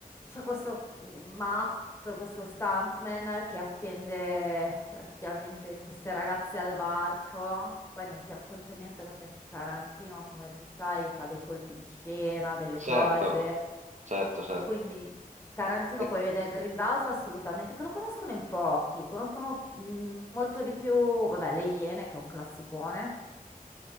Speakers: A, on the left; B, on the right.
A: C'è questo matto, questo stuntman che attende praticamente queste ragazze al varco. Poi non ti racconto niente perché Tarantino, come tu sai, fa dei colpi di scena, delle
B: Certo,
A: cose.
B: certo, certo.
A: E quindi Tarantino
B: Eh,
A: puoi vedere Grindhouse assolutamente, che lo conoscono in pochi, conoscono mh, molto di più, vabbè, Le Iene che è un classicone.